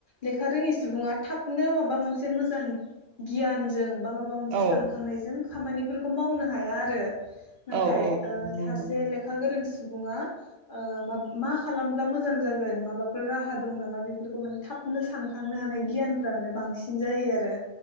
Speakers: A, on the left; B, on the right.
A: लेखा रोङि सुबुङा थाबनो माबा मोनसे मोजां गियानजों आंबा माबा मोनसे
B: औ
A: सखांनायजों खामफोरखौ मावनो हाया आरो नाथाय
B: औ औ
A: ओ
B: नंगौ
A: सासे लेखा गोरों सुबुंङा ओ मा खालामब्ला मोजां जागोन माबाफोर राहा दं नामा बिफो बेफोरखौ माने थाबनो सानखांनो हानाय गियानफ्रा माने बांसिन जायो आरो